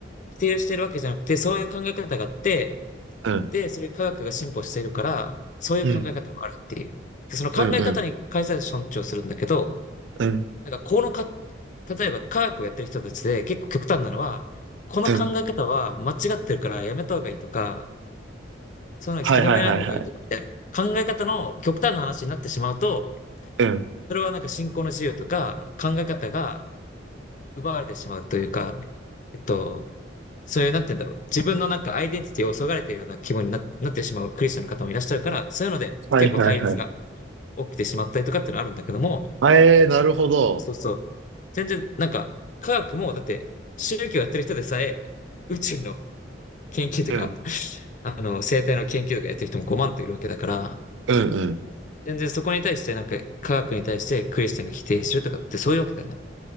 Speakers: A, on the left; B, on the right.
A: 否定してるわけじゃなくて、そういう考え方があって、
B: うん、
A: で、それ科学が進歩しているから、そういう考え方もあるっていう。
B: うん、うん、
A: その考え方に関して尊重するんだけど、
B: うん、うん、
A: なんかこのか、例えば科学をやってる人たちで結構極端なのは、この考え方は間違ってるからやめた方がいいとか、
B: うん。
A: そういうの広めない方がいいとかみたいな考え方の極端な話になってしまうと、
B: はいはいはいはい。うん。
A: それはなんか信仰の自由とか考え方が奪われてしまうというか、えっと、そういう、なんて言うんだろう。自分のなんかアイデンティティをそがれているような気分にな、なってしまうクリスチャンの方もいらっしゃるから、そういうので結構対立が
B: はいはいはい。
A: 起きてしまったりとかっていうのはあるんだけども、
B: あえー、なるほど。
A: そうそうそう。全然なんか科学もだって宗教やってる人でさえ宇宙の研究とか、
B: うん、
A: <laughs> あの、生態の研究とかやってる人も5万といるわけだから、
B: うん、うん、
A: 全然そこに対してなんか科学に対してクリスチャンが否定するとかってそういうわけではない。